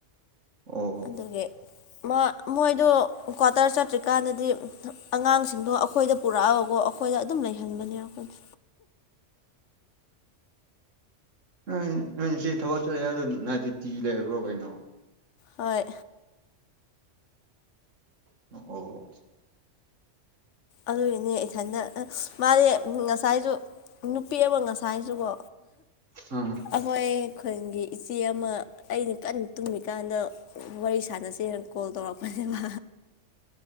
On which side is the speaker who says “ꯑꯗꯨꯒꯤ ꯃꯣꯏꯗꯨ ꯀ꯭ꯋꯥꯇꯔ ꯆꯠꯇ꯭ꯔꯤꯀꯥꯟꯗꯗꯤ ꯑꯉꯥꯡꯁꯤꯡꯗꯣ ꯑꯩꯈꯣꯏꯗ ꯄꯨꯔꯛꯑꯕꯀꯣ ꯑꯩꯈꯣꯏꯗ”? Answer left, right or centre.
Left